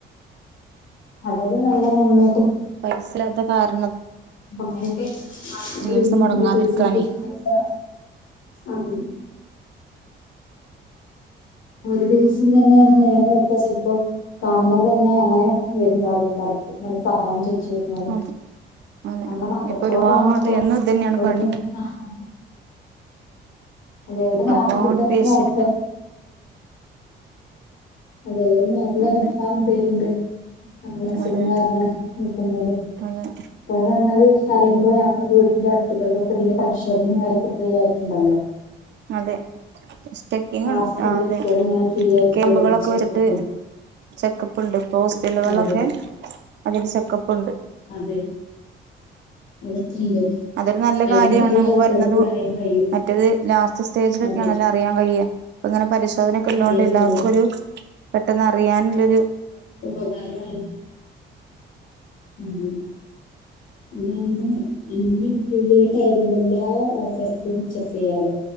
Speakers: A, on the left; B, on the right.
A: അതൊരു നല്ല നന്മ
B: പൈസഇല്ലാത്ത കാരണം
A: അങ്ങനൊക്കെ ആൾക്കാർ
B: ചികിത്സ
A: വരുമ്പോ
B: മുടങ്ങാതിരിക്കാനേ
A: നമ്മള് പൈസ ഇട്ട് സഹായിച്ച അതെ ഒരു ദിവസം തന്നെ നമ്മൾ നേരം വെളുത്ത ചിലപ്പോ കാണുന്നത് തന്നെ അങ്ങനെ വരുന്നുലക്കാർക്ക് അങ്ങനെ സഹായം ചോയിച്ച് ചെയ്യുന്നത്
B: അതെ അതെ
A: കാരണം അത്രത്തോളം
B: ഇപ്പൊ ഒരുപാട്
A: ആണ് ഇപ്പോ
B: എന്നും ഇതന്നെയാണ്
A: ഒരു
B: പണി
A: സഹായം അതെ ഒരു നാട്ടിൽ
B: ഒരുപാട്
A: ഇപ്പം എത്ര
B: പേഷ്യന്റ്
A: ആൾ ങ്ങനെണ്ടന്ന് അത നാട്ടിൽ തന്നെ
B: അതെ
A: എത്രക്കളം പേരുണ്ട് അങ്ങനെ അസുഖം
B: അതെ
A: കാരണം നക്കുന്നല്
B: അതെ
A: ഇന്ന് പറഞ്ഞല് പറയുമ്പോ നമ്മുടെ വീടിന്റെ അടുത്തുകളിലൊക്കെ പരിശോധനയും കരൊക്കെ ഫ്രീയായിട്ട് ഉണ്ടല്ലോ
B: അതെ ചെക്കിങ്
A: മാസത്തിലൊരിക്കല്
B: ഉണ്ട് ആ അതെ
A: ഇങ്ങനെ ഫ്രീ ആയിട്ട്
B: ക്യാമ്പുകളൊക്കെ
A: വരുല്ലോ ചെക്കപ്പ്
B: വെച്ചിട്ട് ചെക്കപ്പ് ഒണ്ട് ഇപ്പൊ ഹോസ്പിറ്റലുകളിലൊക്കെ
A: അതെ
B: അതിന്റെ ചെക്കപ്പ് ഒണ്ട്
A: അതെ അതൊക്കെണ്ട്
B: അതൊരു നല്ല
A: അയിന്ന്
B: കാര്യമാണ്
A: കൊറേ
B: നമുക്ക്
A: ആൾക്കാർക്ക്
B: വരുന്നത്
A: അറിയാൻ കഴിയും
B: മറ്റെത് ലാസ്റ്റില സ്റ്റേജിലൊക്കെയാണല്ലെ
A: അതെ
B: അറിയാൻ വയ്യാ ഇങ്ങനെ പരിശോധനൊക്കെ ഉള്ളതോണ്ട്
A: അറിയാൻ
B: എല്ലാവർക്കും
A: കഴിയ
B: ഒരു പെട്ടെന്ന് അറിയാനുരു
A: ഉപകാരവാണ് അതെ ഇതുമ്പ ഉ ിയേറ്റ് ആയത കൊൊണ്ട് എല്ലാ ആൾക്കാർക്കും ചെക്ക് ചെയ്യാലോ